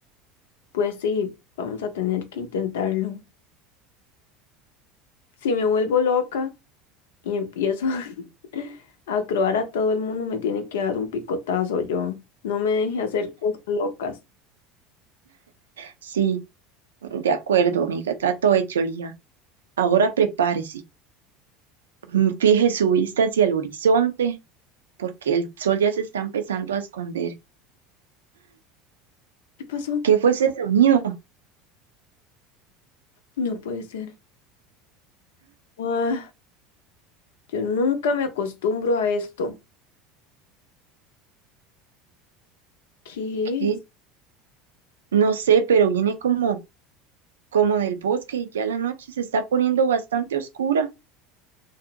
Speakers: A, on the left; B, on the right.
A: pues sí, vamos a tener que intentarlo. Si me vuelvo loca, y empiezo <laughs> a croar a todo el mundo, me tiene que dar un picotazo yo. No me deje hacer cosas locas.
B: Sí, de acuerdo, amiga, trato hecho, Lía. Ahora prepárese. Mm, Fije su vista hacia el horizonte, porque el sol ya se está empezando a esconder.
A: ¿Qué pasó?
B: ¿Qué fue ese sonido?
A: No puede ser. Ah, yo nunca me acostumbro a esto. ¿Qué
B: ¿Qué?
A: es?
B: No sé, pero viene como como del bosque y ya la noche se está poniendo bastante oscura.